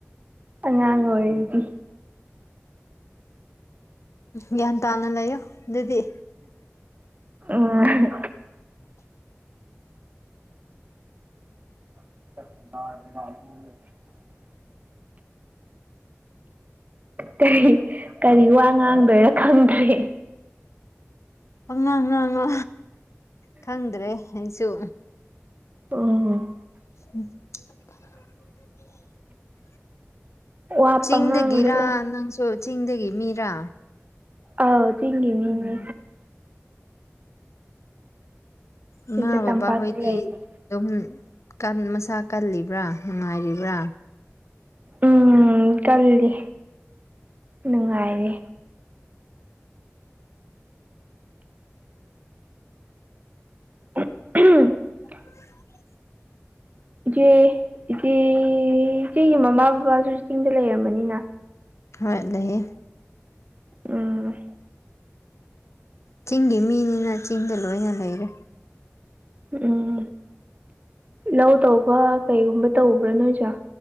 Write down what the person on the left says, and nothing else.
ꯒ꯭ꯌꯥꯟ ꯇꯥꯅ ꯂꯩꯌꯨ ꯑꯗꯨꯗꯤ
<inaudible> <inaudible>
ꯄꯪꯉꯥꯡ ꯉꯥꯡꯉꯣ ꯈꯪꯗ꯭ꯔꯦ ꯑꯩꯁꯨ
ꯎꯝ꯫ <unintelligible>
ꯆꯤꯡꯗꯒꯤꯔ
ꯅꯪꯁꯨ ꯆꯤꯡꯗꯒꯤ ꯃꯤꯔꯥ
ꯎꯝ ꯏꯃꯥ
ꯕꯕꯥꯍꯣꯏꯗꯤ
ꯑꯗꯨꯝ ꯀꯜ ꯃꯁꯥ ꯀꯜꯂꯤꯕ꯭ꯔꯥ ꯅꯨꯡꯉꯥꯏꯔꯤꯕ꯭ꯔꯥ
<unintelligible> <inaudible>
ꯍꯣꯏ ꯂꯩꯌꯦ
ꯆꯤꯡꯒꯤ ꯃꯤꯅꯤꯅ ꯆꯤꯡꯗ ꯂꯣꯏꯅ ꯂꯩꯔꯦ